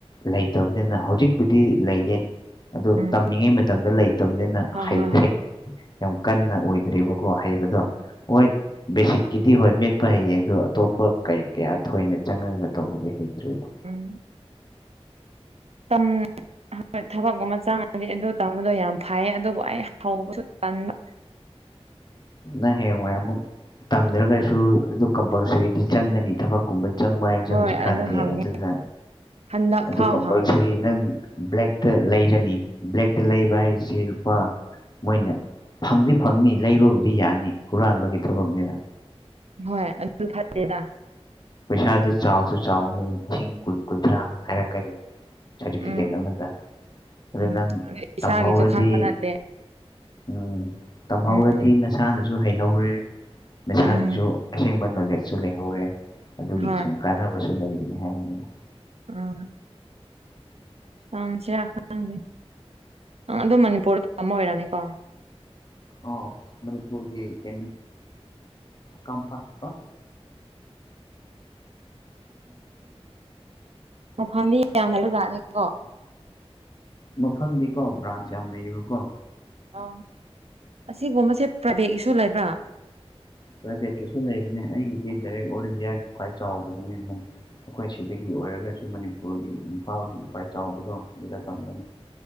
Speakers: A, on the left (about 40°); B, on the right (about 75°).
A: ꯂꯩꯇꯕꯅꯤꯅ ꯍꯧꯖꯤꯛꯄꯨꯗꯤ ꯂꯩꯌꯦ
B: ꯎꯝ
A: ꯇꯝꯃꯤꯉꯩ ꯃꯇꯝꯗ ꯂꯩꯇꯕꯅꯤꯅ
B: ꯍꯣꯏ
A: ꯍꯩꯇ꯭ꯔꯦ
B: ꯍꯣꯏ ꯍꯣꯏ
A: ꯌꯥꯝ ꯀꯟꯅ ꯑꯣꯏꯗ꯭ꯔꯦꯕꯀꯣ ꯍꯩꯕ ꯑꯣꯏꯣꯏ
B: ꯎꯝ
A: ꯕꯦꯁꯤꯛꯀꯤꯗꯤ ꯍꯣꯏ ꯃꯦꯠꯄ ꯍꯩꯌꯦ ꯑꯗꯨ ꯑꯇꯣꯞꯄ ꯀꯌꯥ ꯀꯌꯥ ꯊꯣꯏꯅ ꯆꯪꯉꯒ ꯇꯧꯕꯗꯤ ꯍꯩꯇ꯭ꯔꯤꯕ
B: ꯎꯝ ꯇꯝ ꯊꯕꯛꯀꯨꯝꯕ ꯆꯪꯉꯗꯤ ꯑꯗꯨ ꯇꯝꯕꯗꯣ ꯌꯥꯝ ꯐꯩꯌꯦ ꯑꯗꯨꯕꯨ ꯑꯩ ꯍꯧꯕꯁꯨ ꯇꯟꯕ
A: ꯅꯪ ꯍꯌꯦꯋꯥꯏ ꯑꯃꯨꯛ ꯇꯝꯗ꯭ꯔꯒꯁꯨ ꯑꯗꯨ ꯀꯝꯄꯜꯁꯔꯤꯗꯤ ꯆꯪꯒꯅꯤ ꯊꯕꯛ ꯀꯨꯝꯕ ꯆꯪꯕ ꯍꯥꯏꯁꯦ
B: ꯍꯣꯏ
A: ꯍꯧꯖꯤꯛꯀꯥꯟꯗꯤ
B: ꯑꯗꯨ ꯍꯪꯉꯦ
A: ꯑꯗꯨꯅ
B: ꯍꯟꯗꯛ
A: ꯑꯗꯨ
B: ꯐꯥꯎ
A: ꯀꯝꯄꯜꯁꯔꯤ
B: ꯍꯪꯉꯦ
A: ꯅꯪ ꯕ꯭ꯂꯦꯛꯇ ꯂꯩꯒꯅꯤ ꯕ꯭ꯂꯦꯛꯇ ꯂꯩꯕ ꯍꯥꯏꯁꯦ ꯂꯨꯄꯥ ꯃꯣꯏꯅ ꯐꯪꯗꯤ ꯐꯪꯅꯤ ꯂꯩꯕꯕꯨꯗꯤ ꯌꯥꯅꯤ ꯍꯨꯔꯥꯟꯕꯒꯤ ꯊꯕꯛꯅꯤꯅ
B: ꯍꯣꯏ ꯑꯗꯨ ꯐꯠꯗꯦꯗ
A: ꯄꯩꯁꯥꯗꯨ ꯆꯥꯎꯁꯨ ꯆꯥꯎꯅꯤ ꯂꯤꯁꯤꯡ ꯀꯨꯟ ꯀꯨꯟꯊ꯭ꯔꯥ ꯍꯥꯏꯔꯛꯀꯅꯤ ꯁꯥꯔꯇꯤꯐꯤꯀꯦꯠ
B: ꯎꯝ
A: ꯑꯃꯗ ꯑꯗꯨ
B: ꯎꯝ
A: ꯅꯪ
B: ꯏꯁꯥꯒꯤꯁꯨ
A: ꯇꯝꯍꯧꯔꯗꯤ
B: ꯈꯪꯕ ꯅꯠꯇꯦ
A: ꯎꯝ ꯇꯝꯍꯧꯔꯗꯤ
B: ꯎꯝ
A: ꯅꯁꯥꯅꯁꯨ ꯍꯩꯍꯧꯔꯦ ꯅꯁꯥꯒꯤꯁꯨ
B: ꯎꯝ
A: ꯑꯁꯦꯡꯕ ꯅꯣꯂꯦꯖꯁꯨ ꯂꯩꯍꯧꯔꯦ ꯑꯗꯨꯒꯤ
B: ꯍꯣꯏ
A: ꯁꯨꯝ ꯀꯥꯟꯅꯕꯁꯨ ꯂꯩꯕꯅꯤ ꯍꯥꯏꯕꯅꯤꯅ
B: ꯎꯝ ꯇꯝꯁꯤꯔ ꯈꯪꯗꯦ ꯑꯗꯨ ꯃꯅꯤꯄꯨꯔꯗ ꯊ ꯑꯣꯏꯔꯅꯤꯀꯣ
A: ꯑ ꯃꯅꯤꯄꯨꯔꯒꯤ ꯀ ꯀꯝꯄꯅꯤ ꯇ
B: ꯃꯐꯝꯥꯗꯤ ꯌꯥꯝ ꯂꯩꯕꯖꯥꯠꯅꯤꯀꯣ
A: ꯃꯐꯝꯗꯤꯀꯣ ꯕ꯭ꯔꯥꯟꯁ ꯌꯥꯝ ꯂꯩꯌꯦꯕꯀꯣ
B: ꯑ ꯑꯁꯤꯒꯨꯝꯕꯁꯦ ꯄ꯭ꯔꯥꯏꯚꯦꯠꯀꯤꯁꯨ ꯂꯩꯕ꯭ꯔꯥ
A: ꯄ꯭ꯔꯥꯏꯚꯦꯠꯀꯤꯁꯨ ꯂꯩꯕꯅꯦ ꯑꯩꯒꯤꯗꯤ ꯗꯥꯏꯔꯦꯛ ꯑꯣꯜ ꯏꯟꯗꯤꯌꯥꯒꯤ ꯈ꯭ꯋꯥꯏ ꯆꯥꯎꯕꯗꯨꯅꯦꯕꯅꯤ ꯑꯩꯈꯣꯏ ꯁꯤꯗꯒꯤ ꯑꯣꯏꯔꯒꯁꯨ ꯃꯅꯤꯄꯨꯔꯒꯤ ꯏꯝꯐꯥꯜꯒꯤ ꯈ꯭ꯋꯤꯏ ꯆꯥꯎꯕꯗꯣ ꯑꯗꯨꯗ ꯇꯝꯕꯅꯤ